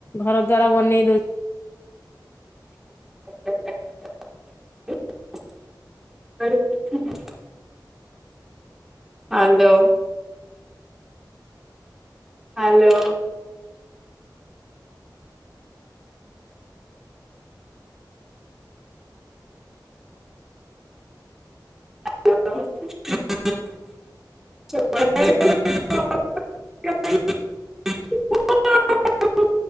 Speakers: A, on the left; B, in the centre.
A: ଘର ଦ୍ଵାର ବନେଇ ଦଉ
B: <inaudible> ହାଲୋ ହାଲୋ <unintelligible> <unintelligible>